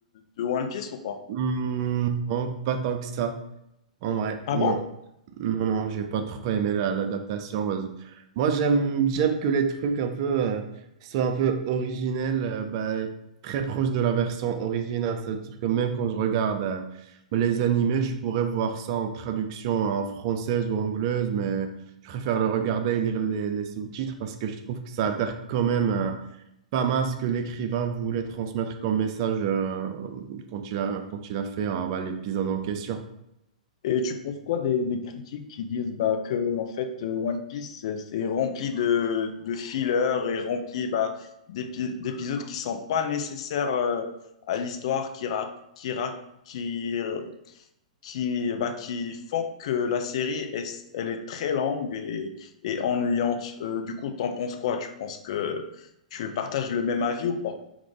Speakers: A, on the left; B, on the right.
A: de One Piece ou pas?
B: hum, non, pas tant que ça. En vrai,
A: Ah
B: non.
A: bon?
B: Non, non, j'ai pas trop aimé la- l'adaptation. parce- Moi, j'aime, j'aime que les trucs un peu euh, soient un peu originels, euh, bah, très proches de la version originale. C'est-à-dire que même quand je regarde euh, les animés, je pourrais voir ça en traduction en française ou anglaise, mais je préfère le regarder et lire les, les sous-titres parce que je trouve que ça altère quand même euh, pas mal ce que l'écrivain voulait transmettre comme message euh, quand il a, quand il a fait euh, bah, l'épisode en question.
A: Et tu penses quoi des, des critiques qui disent bah, que en fait euh, One Piece euh, c'est rempli de, de fillers et rempli bah, d'épi- d'épisodes qui sont pas nécessaires euh, à l'histoire qui, ra- qui, ra- qui qui, bah, qui font que la série, est, elle est très longue et, et ennuyante. Euh, du coup, t'en penses quoi? Tu penses que tu partages le même avis ou pas?